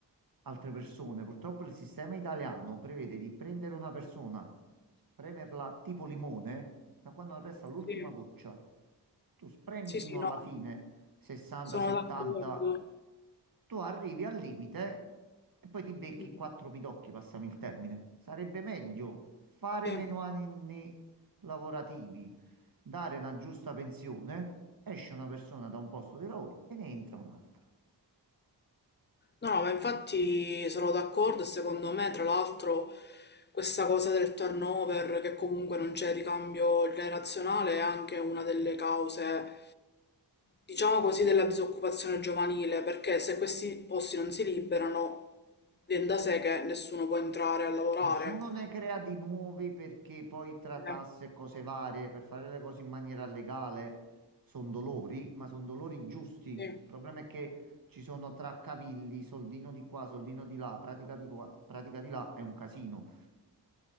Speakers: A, on the right; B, on the left.
A: altre persone. Purtroppo il sistema italiano prevede di prendere una persona, spremerla tipo limone, da quando resta l'ultima
B: sì,
A: goccia. Tu spremi
B: sì,
A: fino
B: sì, no,
A: alla fine 60,
B: sono
A: 70,
B: d'accordo.
A: tu arrivi al limite e poi ti becchi
B: Mm,
A: quattro pidocchi, passami il termine. Sarebbe meglio fare
B: Sì.
A: meno anni lavorativi, dare una giusta pensione, esce una persona da un posto di lavoro e ne entra un'altra.
B: No, ma infatti sono d'accordo e secondo me, tra l'altro, questa cosa del turnover, che comunque non c'è ricambio generazionale, è anche una delle cause, diciamo così, della disoccupazione giovanile, perché se questi posti non si liberano, viene da sé che nessuno può entrare a lavorare.
A: Nessuno ne crea di nuovi perché poi tra tasse
B: Eh,
A: e cose varie, per fare le cose in maniera legale, sono dolori, ma sono dolori giusti. Il
B: sì.
A: problema è che ci sono traccavigli, soldino di qua, soldino di là, pratica di qua, pratica di là, è un casino.